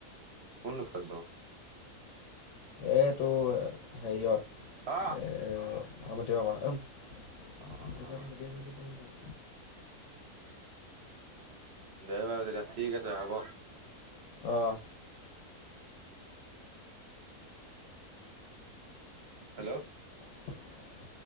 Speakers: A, on the right (about 50°); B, on the left (about 60°).
A: কোন দখত বাৰু
B: এ'এইটো হেৰিয়ত
A: অ'
B: এ' হামতি মামা উম
A: অ', অ'।
B: <unintelligible>
A: অ'। দে বাৰু তেতিয়া ঠিক আছে হ'ব।
B: অ'।
A: হেল্ল'?
B: <inaudible>